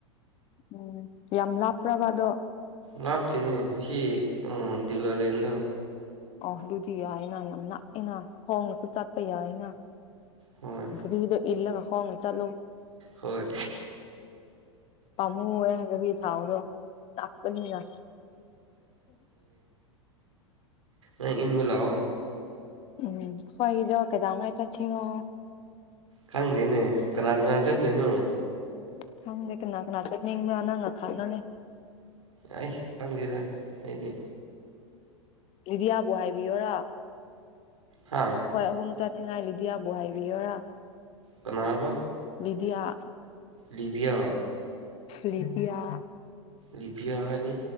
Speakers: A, on the left; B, on the right.
A: ꯎꯝ ꯌꯥꯝ ꯂꯥꯄ꯭ꯔꯕ ꯑꯗꯣ
B: ꯂꯥꯞꯇꯦꯅꯦ ꯁꯤ ꯑꯥ ꯗꯤꯎꯌꯂꯦꯟꯗꯣ
A: ꯑꯣ ꯑꯗꯨꯗꯤ ꯌꯥꯏꯅ ꯌꯥꯝ ꯅꯥꯛꯑꯦꯅ ꯈꯣꯡꯅꯁꯨ ꯆꯠꯄ ꯌꯥꯏꯅ
B: ꯍꯣꯏ
A: ꯀꯔꯤꯗ ꯏꯜꯂꯒ ꯈꯣꯡꯅ ꯆꯠꯂꯨ
B: ꯍꯣꯏ
A: ꯄꯥꯝꯃꯨꯌꯦ ꯑꯗꯨꯒꯤ ꯊꯥꯥꯎꯗꯣ ꯂꯥꯛꯄꯅꯤꯅ
B: ꯑꯩ ꯏꯟꯕ ꯂꯥꯛꯑꯣ
A: ꯎꯝ ꯍꯣꯏ ꯑꯗꯣ ꯀꯦꯗꯧꯉꯩ ꯆꯠꯆꯤꯔꯣ
B: ꯈꯪꯗꯦꯅꯦ ꯀꯅꯥ ꯀꯅꯥ ꯆꯠꯇꯣꯏꯅꯣ
A: ꯈꯪꯗꯦ ꯀꯅꯥ ꯀꯅꯥ ꯆꯠꯅꯤꯡꯕ꯭ꯔꯥ ꯅꯪꯅ ꯈꯪꯒꯅꯤ
B: ꯑꯩ ꯈꯪꯗꯦꯗ ꯑꯩꯗꯤ
A: ꯂꯤꯗꯤꯌꯥꯕꯨ ꯍꯥꯏꯕꯤꯌꯣꯔ
B: ꯍꯥ
A: ꯑꯩꯈꯣꯏ ꯑꯍꯨꯝ ꯆꯠꯅꯤꯡꯉꯥꯏ ꯂꯤꯗꯤꯌꯥꯕꯨ ꯍꯥꯏꯕꯤꯌꯨꯔ
B: ꯀꯅꯥꯑꯕ
A: ꯂꯤꯗꯤꯌꯥ
B: ꯂꯤꯕꯤꯌꯥ
A: ꯂꯤꯗꯤꯌ
B: ꯂꯤꯕꯤꯌꯥ ꯍꯥꯏꯗꯤ